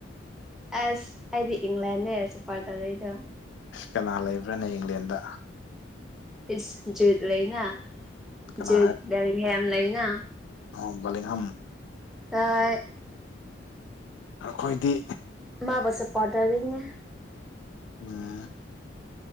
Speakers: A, in the centre; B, on the left.
A: ꯑꯁ ꯑꯩꯗꯤ ꯏꯪꯂꯦꯟꯅꯦ ꯁꯄꯣꯔꯠ ꯇꯧꯗꯣꯏꯗꯣ
B: ꯑꯁ ꯀꯅꯥ ꯂꯩꯕ꯭ꯔꯥꯅꯦ ꯏꯪꯂꯦꯟꯗ
A: ꯨꯏꯁ ꯖꯦꯠ ꯂꯩꯅ
B: ꯀꯅꯥ
A: ꯖꯦꯠ <unintelligible> ꯌꯥꯝ ꯂꯩꯅ
B: ꯑꯣ ꯕꯣꯔꯦꯍꯝ
A: ꯑꯥ
B: ꯑꯩꯈꯣꯏꯗꯤ
A: ꯃꯥꯕꯨ ꯁꯄꯣꯔꯠ ꯇꯧꯗꯣꯏꯅꯦ
B: ꯎꯝ